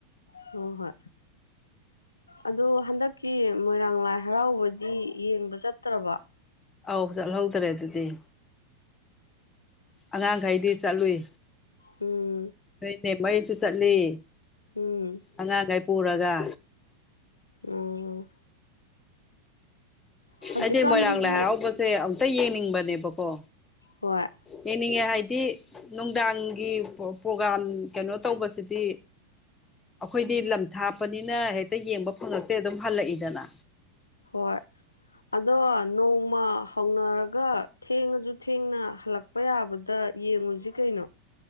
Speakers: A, on the left; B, on the left.
A: ꯍꯣ ꯍꯣꯏ ꯑꯗꯣ ꯍꯟꯗꯛꯀꯤ ꯃꯣꯏꯔꯥꯡ ꯂꯥꯏ ꯍꯔꯥꯎꯕꯗꯤ ꯌꯦꯡꯕ ꯆꯠꯇ꯭ꯔꯕꯣ꯫
B: ꯑꯧ ꯆꯠꯍꯧꯗ꯭ꯔꯦ ꯑꯗꯨꯗꯤ ꯑꯉꯥꯡꯈꯩꯗꯤ ꯆꯠꯂꯨꯏ
A: ꯎꯝ
B: ꯅꯣꯏꯅꯦ ꯃꯩꯁꯨ ꯆꯠꯂꯤ
A: ꯎꯝ
B: ꯑꯉꯥꯡꯈꯩ ꯄꯨꯔꯒ
A: ꯎꯝ ꯍꯧꯖꯤꯛꯀꯥꯟꯁꯤꯕꯨ
B: ꯑꯩꯗꯤ ꯃꯣꯏꯔꯥꯡ ꯂꯥꯏ ꯍꯔꯥꯎꯕꯁꯦ ꯑꯃꯨꯛꯇ ꯌꯦꯡꯅꯤꯡꯕꯅꯦꯕꯀꯣ꯫
A: ꯍꯣꯏ
B: ꯌꯦꯡꯅꯤꯡꯉꯦ ꯍꯥꯏꯗꯤ ꯅꯨꯡꯗꯥꯡꯒꯤ ꯄꯣ ꯄ꯭ꯔꯣꯒ꯭ꯔꯥꯝ ꯀꯩꯅꯣ ꯇꯧꯕꯁꯤꯗꯤ ꯑꯈꯣꯏꯗꯤ ꯂꯝ ꯊꯥꯞꯄꯅꯤꯅ ꯍꯦꯛꯇ ꯌꯦꯡꯕ ꯐꯪꯉꯛꯇꯦ ꯑꯗꯨꯝ ꯍꯜꯂꯛꯏꯗꯅ꯫
A: ꯍꯣꯏ ꯑꯗꯣ ꯅꯣꯡꯃ ꯍꯧꯅꯔꯒ ꯊꯦꯡꯉꯖꯨ ꯊꯦꯡꯅ ꯍꯜꯂꯛ ꯄ ꯌꯥꯕꯗ ꯌꯦꯡꯉꯨꯖꯤ ꯀꯩꯅꯣ꯫